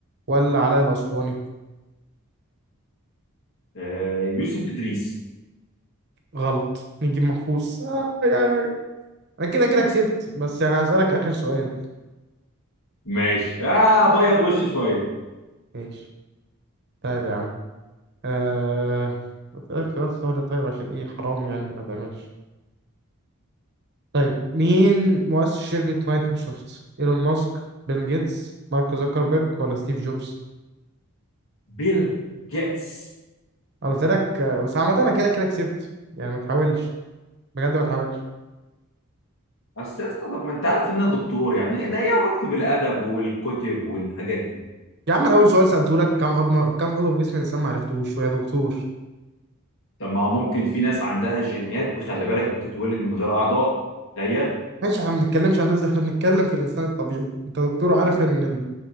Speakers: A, on the right (about 50°); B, on the left (about 60°).
A: ولا علاء الاسواني
B: آه، يوسف ادريس
A: غلط نجيب محفوظ آه آي آي آي. انا كده كده كسبت بس يعني هسالك اخر سؤال
B: ماشي اه بيض وش شويه
A: ماشي طيب يا عم آه... بسألك سؤال سهل طيب عشان ايه حرام يعني ما تعملش طيب مين مؤسس شركة مايكروسوفت؟ ايلون ماسك بيل جيتس مارك زوكربيرج ولا ستيف جوبز؟
B: بيل جيتس
A: انا قلت لك آه، بس عامة انا كده كده كسبت يعني ما تحاولش بجد ما تحاولش
B: بس يا اسطى طب ما انت عارف ان انا دكتور يعني انا ايه علاقتي بالادب والكتب والحاجات دي
A: يا عم انا اول سؤال سألته لك كم عظمة كم عضو في جسم الانسان ما عرفتوش ويا دكتور
B: طب ما هو ممكن في ناس عندها جينيات خلي بالك بتتولد من غير اعضاء تخيل
A: ماشي احنا ما بنتكلمش عن الناس دي احنا بنتكلم في الانسان الطبيعي انت دكتور عارف ان ال...